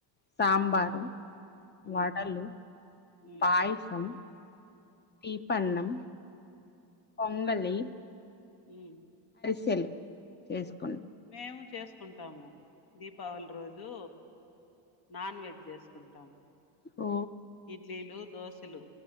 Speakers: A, on the left; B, on the left.
A: సాంబారు
B: ఉమ్
A: వడలు
B: ఉమ్ ఉమ్
A: పాయసం తీీపన్నం పొంగలి
B: హమ్
A: సెలు చేసుకో
B: మేము చేసుకుంటాం ట్టాము దీపావళి రోజు నాన్ వెజ్ చేసు ంటాం
A: ఓ
B: ఇడ్లీలు దోశలు